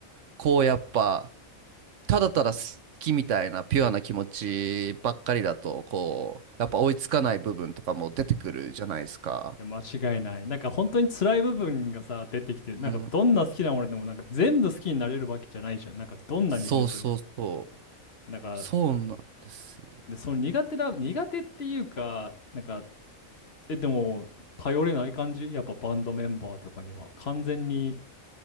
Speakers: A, on the right; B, on the left.
A: こうやっぱただただ好きみたいなピュアな気持ちばっかりだとこうやっぱ追いつかない部分とかも出てくるじゃないですか。
B: いや、間違いない。なんか本当に辛い部分がさ、出てきて、なんかどんな好きなものでもなんか全部好きになれるわけじゃないじゃん。
A: うん、
B: なんかどんなに本当に。
A: そうそうそう
B: なんか、
A: そうなんですよ。
B: で、その苦手な、苦手っていうか、なんか、え、でも、頼れない感じやっぱバンドメンバーとかには。完全に